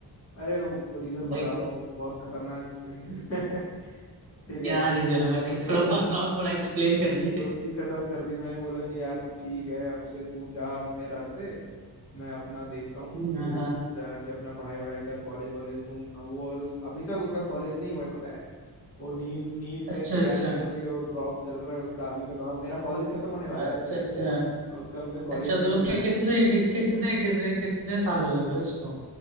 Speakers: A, on the left; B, on the right.
A: अरे रीजन बताता
B: भाई
A: हूँ बहुत खतरनाक रीजन <laughs> है ठीक है
B: क्या रीजन है भाई
A: तो
B: थोड़ा बताओ
A: अपनी
B: थोड़ा एक्सप्लेन करिए
A: दोस्ती खत्म कर दी मैंने बोला कि यार ठीक है अब से तू जा अपने रास्ते मैं अपना देखता हूँ
B: हम्म,
A: तू
B: हाँ हाँ,
A: जाके अपना पढ़ाई वढ़ाई कर कॉलेज वॉलेज ढूंढ वो और उस, अभी तक उसका कॉलेज नहीं हुआ है पता है वो नीट नीट
B: अच्छा
A: का एक तैयारी
B: अच्छा
A: कर रही है वो ड्रॉप चल रहा है उसका अभी तक और मेरा कॉलेज खत्म होने वाला
B: अच्छा
A: है
B: अच्छा
A: और उसका अभी तक कॉलेज
B: अच्छा
A: नहीं
B: तो
A: मिला
B: कि,
A: है
B: कितने कि, कितने कितने कितने साल हो गए भाई उसको